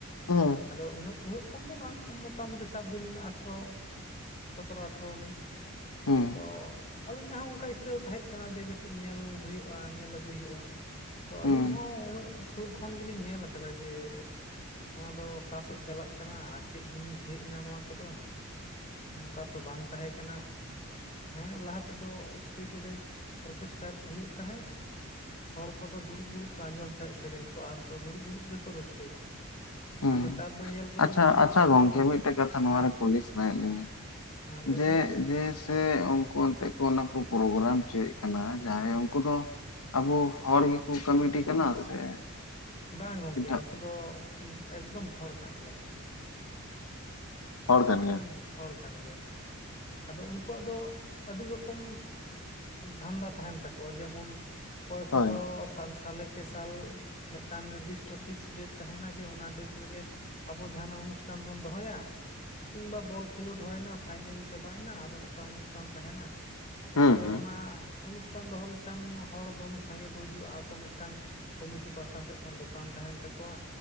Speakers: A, on the left; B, on the left.
A: ᱦᱩᱸ
B: ᱟᱫᱚ ᱩᱱᱟᱹᱜ ᱩᱱᱟᱹ ᱠᱚᱢ ᱫᱚ ᱵᱟᱝ ᱢᱚᱴᱟᱢᱩᱴᱤ ᱥᱟᱵᱵᱤᱱ ᱟᱴᱷᱨᱚ ᱥᱚᱛᱨᱚ ᱟᱴᱷᱨᱚ ᱩᱱᱤᱥ
A: ᱦᱩᱸ
B: ᱛᱚ ᱟᱹᱞᱤᱧᱟᱜ ᱦᱚᱸ ᱚᱝᱠᱟ ᱤᱪᱷᱟᱹ ᱛᱟᱦᱮᱸᱡ ᱠᱟᱱᱟ ᱡᱮ ᱠᱟᱹᱴᱤᱡ ᱧᱮᱞ ᱦᱳᱭᱳᱜᱼᱟ ᱧᱮᱞ ᱟᱹᱜᱩᱭ ᱦᱳᱭᱳᱜᱼᱟ ᱛᱚ ᱟᱹᱞᱤᱧ
A: ᱦᱩᱸ
B: ᱦᱚᱸ ᱩᱱᱟᱹᱜ ᱥᱩᱨ ᱠᱷᱚᱱ ᱜᱮᱞᱤᱧ ᱧᱮᱞ ᱟᱠᱟᱫᱟ ᱡᱮ ᱱᱚᱣᱟ ᱫᱚ ᱚᱠᱟ ᱥᱮᱫ ᱪᱟᱞᱟᱜ ᱠᱟᱱᱟ ᱟᱨ ᱪᱮᱫ ᱡᱤᱱᱤᱥ ᱦᱮᱡ ᱮᱱᱟ ᱱᱚᱣᱟ ᱠᱚᱫᱚ ᱱᱚᱝᱠᱟ ᱛᱚ ᱵᱟᱝ ᱛᱟᱦᱮᱸ ᱠᱟᱱᱟ ᱦᱮᱸ ᱞᱟᱦᱟ ᱛᱮᱫᱚ ᱥᱴᱮᱡ ᱨᱮ ᱚᱨᱠᱮᱥᱴᱟᱨ ᱠᱚ ᱦᱩᱭᱩᱜ ᱛᱟᱦᱮᱸᱜ ᱦᱚᱲ ᱠᱚᱫᱚ ᱫᱩᱲᱩᱵ ᱫᱩᱲᱩᱵ ᱠᱚ ᱟᱸᱡᱚᱢ ᱛᱟᱦᱮᱱ ᱥᱮᱨᱮᱧ ᱠᱚ ᱟᱨ ᱫᱩᱲᱩᱵ ᱫᱩᱲᱩᱵ ᱜᱮᱠᱚ ᱨᱟᱹᱥᱠᱟᱹᱭ ᱛᱟᱦᱮᱸ
A: ᱦᱩᱸ
B: ᱟᱨ ᱱᱮᱛᱟᱨ ᱫᱚ ᱧᱮᱞ ᱠᱚᱵᱤᱱ
A: ᱟᱪᱪᱷᱟ
B: ᱫᱩᱲᱩᱵ
A: ᱟᱪᱪᱷᱟ
B: ᱠᱟᱛᱮᱫ
A: ᱜᱚᱝᱠᱮ
B: ᱫᱚᱠᱚ
A: ᱢᱤᱫᱴᱮᱡ ᱠᱟᱛᱷᱟ ᱱᱚᱣᱟ
B: ᱦᱮᱸ
A: ᱨᱮ ᱠᱩᱞᱤ ᱥᱟᱱᱟᱭᱮᱫ ᱞᱤᱧᱟ
B: ᱦᱮᱸ ᱞᱟᱹᱭ
A: ᱡᱮ
B: ᱵᱤᱱ
A: ᱡᱮᱥᱮ ᱩᱱᱠᱩ ᱮᱱᱛᱮᱜ ᱠᱚ ᱚᱱᱟ ᱠᱚ ᱯᱨᱳᱜᱨᱟᱢ ᱪᱚᱭᱮᱫ ᱠᱟᱱᱟ ᱡᱟᱦᱟᱸᱭ ᱩᱱᱠᱩ ᱫᱚ ᱟᱵᱚ ᱦᱚᱲ ᱜᱮᱠᱚ ᱠᱟᱹᱢᱤᱴᱤ ᱠᱟᱱᱟ ᱥᱮ
B: ᱵᱟᱝ ᱜᱚᱝᱠᱮ
A: ᱮᱴᱟᱜ
B: ᱩᱱᱠᱩ ᱫᱚ ᱮᱠᱫᱚᱢ ᱦᱚᱲ ᱠᱟᱱ ᱜᱮᱭᱟ ᱠᱚ
A: ᱦᱚᱲ ᱠᱟᱱ
B: ᱮᱠᱫᱚᱢ
A: ᱜᱮᱭᱟ
B: ᱦᱚᱲ ᱠᱟᱱ ᱜᱮᱭᱟ ᱠᱚ ᱟᱫᱚ ᱩᱱᱠᱩᱣᱟᱜ ᱫᱚ ᱟᱹᱰᱤ ᱨᱚᱠᱚᱢ ᱫᱷᱟᱱᱫᱟ ᱛᱟᱦᱮᱱ ᱛᱟᱠᱚᱣᱟ ᱡᱮᱢᱚᱱ ᱚᱠᱚᱭ ᱠᱚᱫᱚ
A: ᱦᱳᱭ
B: ᱥᱟᱞ ᱥᱟᱞᱮᱠ ᱥᱟᱞ ᱢᱤᱫᱴᱟᱝ ᱱᱤᱨᱫᱤᱥᱴᱚ ᱯᱷᱤᱠᱥ ᱰᱮᱴ ᱛᱟᱦᱮᱱᱟ ᱡᱮ ᱚᱱᱟ ᱰᱮᱴ ᱨᱮᱜᱮ ᱟᱵᱚ ᱡᱟᱦᱟᱱᱟᱜ ᱚᱱᱩᱥᱴᱷᱟᱱ ᱵᱚᱱ ᱫᱚᱦᱚᱭᱟ ᱠᱤᱝᱵᱟ ᱵᱚᱞ ᱠᱷᱮᱞᱳᱰ ᱦᱩᱭᱱᱟ ᱯᱷᱟᱭᱱᱮᱞ ᱪᱟᱵᱟᱭᱮᱱᱟ ᱟᱫᱚ ᱢᱤᱫᱴᱟᱝ ᱚᱱᱩᱥᱴᱷᱟᱱ ᱛᱟᱦᱮᱱᱟ
A: ᱦᱩᱸ
B: ᱟᱫᱚ
A: ᱦᱩᱸ
B: ᱚᱱᱟ ᱚᱱᱩᱥᱴᱷᱟᱱ ᱫᱚᱦᱚ ᱞᱮᱠᱷᱟᱱ ᱦᱚᱲ ᱫᱚᱢᱮ ᱥᱟᱸᱜᱮ ᱠᱚ ᱦᱤᱡᱩᱜᱼᱟ ᱟᱠᱚ ᱢᱮᱫ ᱢᱤᱫᱴᱟᱝ ᱠᱚᱢᱤᱴᱤ ᱯᱟᱦᱴᱟ ᱥᱮᱫ ᱠᱷᱚᱱ ᱫᱚᱠᱟᱱ ᱛᱟᱦᱮᱱ ᱛᱟᱠᱚᱣᱟ